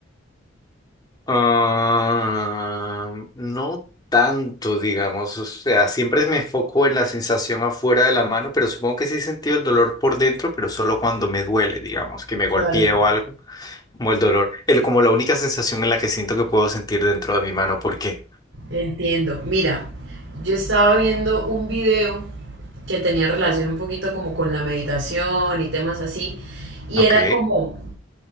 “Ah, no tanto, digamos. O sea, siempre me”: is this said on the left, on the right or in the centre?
Left